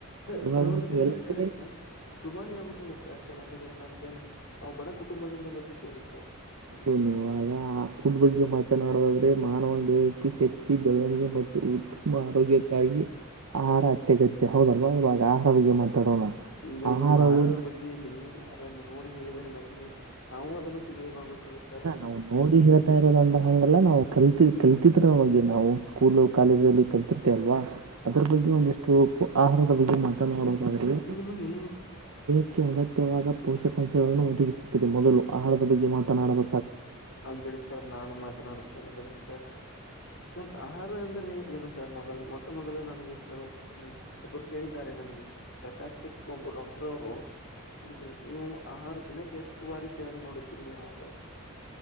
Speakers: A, on the left (about 60°); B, on the right (about 80°).
A: ಸರ್
B: ಇವಾಗ
A: ಕೆಲವೊಂದು
B: ಎಲ್ಲ
A: ಸಿಕ್ಕರೆ
B: ಕಡೆ
A: ಸರ್ ದುಬಾರಿ ಆಗುತ್ತದೆ ಸರ್ ಕೆಲವೊಂದು ಕಡೆ ನಮ್ದ ನಾವು ಬಡ ಕುಟುಂಬದಿಂದ ಬಂದಿದ್ದೇವೆ ಸರ್
B: ಹೌದು ನೀವಾಗ ಆ ಫುಡ್ ಬಗ್ಗೆ ಮಾತನಾಡುದಾದ್ರೆ ಮಾನವ ದಯಕತಿ ಶಕ್ತಿ ಬೆಳವಣಿಗೆ ಮತ್ತು ತುಂಬಾ ಆರೋಗ್ಯಕ್ಕಾಗಿ ಆಹಾರ ಅತ್ಯಗತ್ಯ ಹೌದಲ್ವಾ ಇವಾಗ ಆಹಾರಿಗೆ ಮಾತಾಡೋಣ
A: ಈಗ
B: ಆಹಾರವು
A: ನೀವು ಆಹಾರದ ಬಗ್ಗೆಲ್ಲಿ ಅದನ್ನು ನೋಡಿ ಹೇಳಿದರೆ ನಮಗೆ ತೆಗೆವಾಗುತ್ತದೆ
B: ಅಲ್ಲ ನಾವು ನೋಡಿ ಹೇಳ್ತಾ ಇರೋದಂದ ಹಂಗಲ್ಲ ನಾವು ಕಲ್ತ ಕಲ್ತಿದ್ರ ನಗೆ ನಾವು ಸ್ಕೂಲು ಕಾಲೇಜ ಅಲ್ಲಿ ಕಲಿತಿರ್ತ ಅಲ್ವಾ ಅದ್ರ ಬಗ್ಗೆ ಒಂದಿಷ್ಟು ಆಹಾರದ ಬಗ್ಗೆ ಮಾತಾ ನೋಡೋದಾದೆ
A: ನಿಮ್ಗೆ ಏನು <unintelligible>
B: ಕ್ಕೆ ಅಗತ್ಯವಾದ ಪೋಷಕಾಂಶಗಳನ್ನು ಒದಗಿಸುತ್ತದೆ ಮೊದಲು ಆಹಾರದ ಬಗ್ಗೆ ಮಾತನಾಡಬ
A: ಆಗ್ಬೇಡಿ ಸರ್ ನಾನು ಮಾತನಾಡುತ್ತೇನೆ ಸರ್ ಸ ಆಹಾರ ಅಂದ್ರೆ ಏನು ಸರ್ ಮೊದಲು ಮೊಟ್ಟ ಮೊದಲು ನನಗೆ ಕೇಳುವ ಪ್ರಶ್ನೆ ಒಬ್ರು ಕೇಳಿದ್ದಾರೆ ನ ನನಗೆಕಾಸ್ಟಿಕ್ ಒಂಪು ಡಾಕ್ಟರ್ ಅವರು ನನಗೆ ನೀವು ಆಹಾರ ದಿನಕ್ಕೆ ಎಷ್ಟು ಬಾರಿ ಸೇವನೆ ಮಾಡುತ್ತೀರಿ ನೀವು ಆಹಾರ